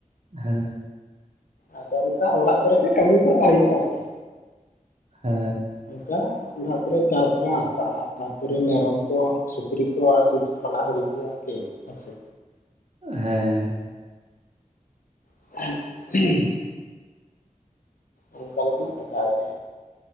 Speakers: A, on the right; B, on the left.
A: ᱦᱮᱸ
B: ᱟᱫᱚ ᱚᱝᱠᱟ ᱚᱲᱟᱜ ᱠᱚᱨᱮᱜᱮ ᱠᱟᱢᱤ ᱵᱟᱲᱟ ᱦᱩᱭᱩᱜᱼᱟ ᱟᱨᱠᱤ᱾
A: ᱦᱮᱸ
B: ᱚᱝᱠᱟ ᱚᱲᱟᱜ ᱠᱚᱨᱮ ᱪᱟᱥᱵᱟᱥᱼᱟ ᱛᱟᱯᱚᱨᱮ ᱢᱮᱨᱚᱢ ᱠᱚ ᱥᱩᱠᱨᱤ ᱠᱚ ᱟᱥᱩᱞ ᱵᱟᱲᱟ ᱦᱳᱭ ᱠᱟᱱᱟ ᱟᱨᱠᱤ ᱦᱮᱥᱮ᱾
A: ᱦᱮᱸ
B: <unintelligible> ᱚᱝᱠᱟ ᱞᱮᱠᱟᱱᱟᱜ ᱠᱟᱛᱷᱟ ᱟᱨᱠᱤ᱾